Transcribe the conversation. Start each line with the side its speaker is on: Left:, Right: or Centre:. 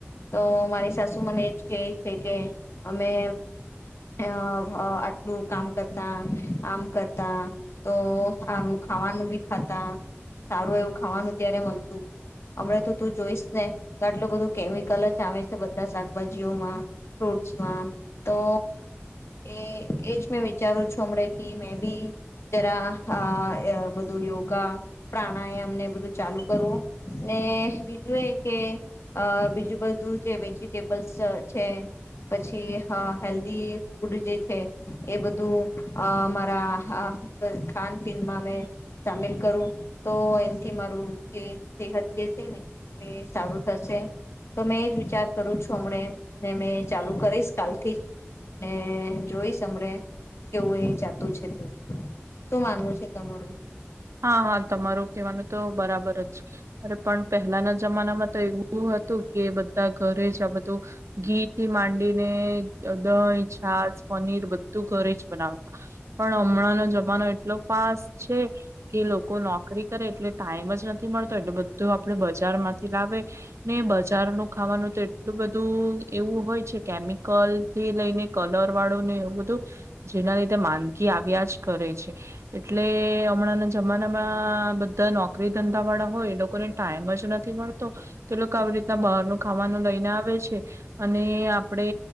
Left: તો મારી સાસુ મને એજ કેય છે કે અમે અ આટલું કામ કરતા આમ કરતા તો આમ ખાવાનું બી ખાતા સારું એવું ખાવાનું ત્યારે મલતું, અમણાં તો તું જોઈશ ને તો આટલું બધું કેમિકલ જ આવે તો બધા શાકભાજીઓમાં ફૂટસમાં, તો એ એજ મેં વિચારું છું અમણે કી મેં બી જરા આ બધું યોગા પ્રાણાયામ ને બધું ચાલુ કરવું ને બીજું એ કે અ બીજું બધું જે વેજીિટેબલ્સ છે પછી હ હેલ્ધી ફૂડ જે છે, એ બધું અ અમારા અ ખાન પીનમાં મેં સામેલ કરું તો એનથી મારું જે સેહત જે છે ને તે સારું થશે, તો મેં એજ વિચાર કરું છું હમણે ને મેં ચાલુ કરીશ કાલથી ને જોઈશ અમણે કેવું એ જાતું છે તે, શું માનવું છે તમારું?
Right: હા, હા, તમારું કેહવાનું તો બરાબર જ, અરે પણ પહેલાના જમાનામાં તો એવું હતું કે બધા ઘરે જ આ બધું ઘી થી માંડીને દ દઈ, છાજ, પનીર બધું ઘરે જ બનાવતા પણ અમણાંનો જમાનો એટ એટલો ફાસ્ટ છે કે લોકો નોકરી કરે એટલે ટાઈમ જ નથી મળ તો એટલે બધું આપડે બજારમાંથી લાવે ને બજારનુ ખાવાનું તો એટલું બધું એવું હોય છે કેમિકલથી લઈને કલર વાળુંને એવું બધું જેના લીધે માંદગી આવ્યા જ કરે છે એટલે અમણાંના જમાનામાં બધા નોકરી ધંધા વાળા હોય એ લોકોને ટાઈમ જ નથી મળતો તે લોકો આવી રીતના બારનું ખાવાનું લઈને આવે છે અને આપણે